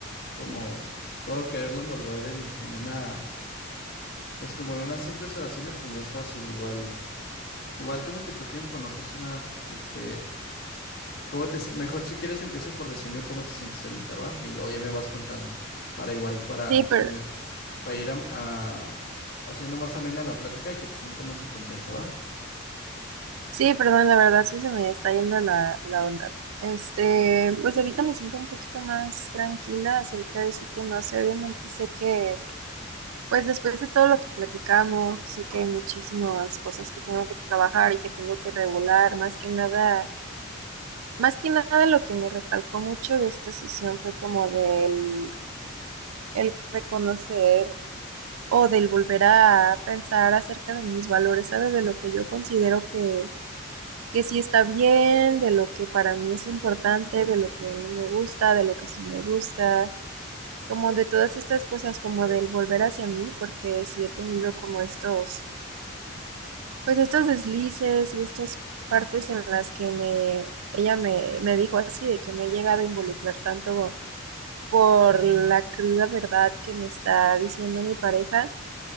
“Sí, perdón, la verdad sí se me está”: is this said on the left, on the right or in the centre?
Right